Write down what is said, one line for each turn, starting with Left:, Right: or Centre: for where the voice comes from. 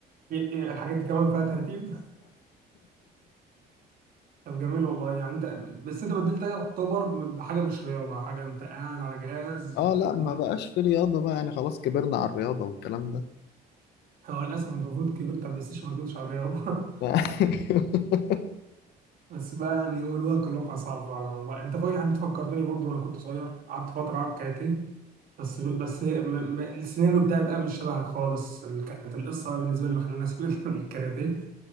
Right: ايه- ايه الحاجات دي كمان فيها ترتيب طب جميل والله يعني انت بس انت بدلت ده يعتبر بحاجة مش رياضة حاجة انت قاعد على جهاز
Left: اه لا ما
Right: ما-
Left: بقاش في رياضة بقى يعني خلاص كبرنا على الرياضة والكلام ده
Right: هو للاسف انت المفروض كبرت على البلاي ستيشن ما كنتش على الرياضة <laughs>
Left: <laughs>
Right: بس بقى يعني هو الواقع الواقع صعب فعلا والله انت فا- يعني انت فكرتني برضه انا كنت صغير قعدت فترة العب كاراتيه بس بس م... م... السيناريو بتاعي بقى مش شبهك خالص ال- كانت القصه بقى بالنسبه لي اللي خلاني اسيب <laughs> الكاراتيه